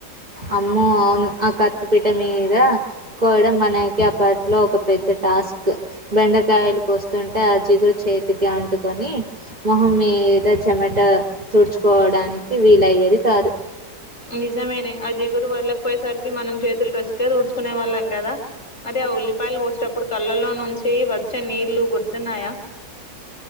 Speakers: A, on the right; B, on the left.
A: అమ్మో అవును ఆ కత్తిపీట మీద కోయడం మనకి అప్పట్లో ఒక పె ద్ద టాస్క్ బెండకాయలు కోస్తుంటే ఆ జిగురు చేతికి అంటుకొని మొహం మీద చెమట తూడుచుకోవడానికి వీలయ్యేది కాదు
B: నిజమేనే ఆ జిగురు వదలేకపోయేసరికి మనం చేతులు డ్రెస్సుకే తూడ్చుకునే వాళ్ళం కదా అరే ఆ ఉల్లిపాయలు కోసేటప్పుడు కళ్ళలో నుంచి వచ్చే నీళ్లు గుర్తున్నాయా